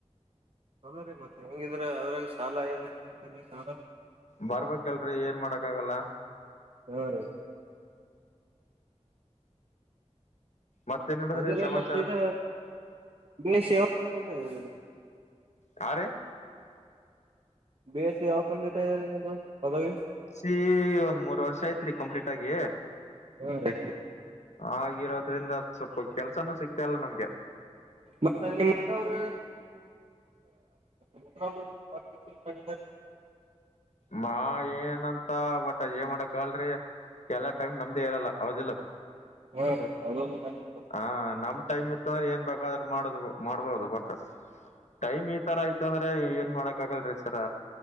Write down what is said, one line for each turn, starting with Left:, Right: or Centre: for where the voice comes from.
Right: ಹೌದ್ರಿ ಮತ್ತೆ ಹೆಂಗಿದ್ರ ಅದ್ರಾಗ ಸಾಲ ಎಲ್ಲಾ ಕೇಳಕೊಂಡೇನ್ ಸಾಲಾ
Left: ಬರ್ಬೇಕಲ್ಲರಿ ಏನ ಮಾಡಕ ಆಗಲ್ಲ
Right: ಹಾ ರೀ
Left: ಮತ್ತೇನ್ ಹೇಳಿದ್ರಿ
Right: ಅದ ರೀ
Left: ಸಮಾಚಾರ
Right: ಮತ್ತ ಏನ ನಿ ಸೇವಾ ತಂದ ದುಡ್ಡ ಇದ
Left: ಹಾರಿ
Right: ಬೇಸ ಯಾವಾಗ ತಂದೆತ ಇದ ನೀದು ಪದವಿ
Left: ಸಿ ಒಂದ್ ಮೂರ್ ವರ್ಷ ಆಯತ್ರಿ ಕಂಪ್ಲೀಟ್ ಆಗಿ
Right: ಹಾ ರೀ
Left: ಆಗಿರೋದ್ರಿಂದ ಸ್ವಲ್ಪ ಕೆಲ್ಸಾನೂ ಸಿಗ್ತ ಇಲ್ಲ ನಮ್ಮಗೆ
Right: ಮತ್ತ ನಿಮ್ಮ ಅವ್ರ ಮುಖ ಮಾಡ
Left: ಮಾ ಏನಂತ ಬಟ್ಟ ಜೇ ಮಾಡಕ್ಲ್ರಿ ಎಲ್ಲ ಟೈಮ್ ನಮ್ದೇ ಇರಲ್ಲ ಅವದಿಲ್ಲ
Right: ಹ್ಮ ಹ ಅ
Left: ಹಾ ನಮ್ ಟೈಮ್ ಇತ್ತ ಅಂದ್ರೆ ಏನ್ ಬೇಕಾದ್ರ ಮಾಡುದು ಮಾಡ್ಬೋದು ಬಟ್ಟ ಟೈಮ್ ಈ ತರ ಆಯತ ಅಂದ್ರೆ ಏನ್ ಮಾಡಕ್ ಆಗಲ್ರೀ ರ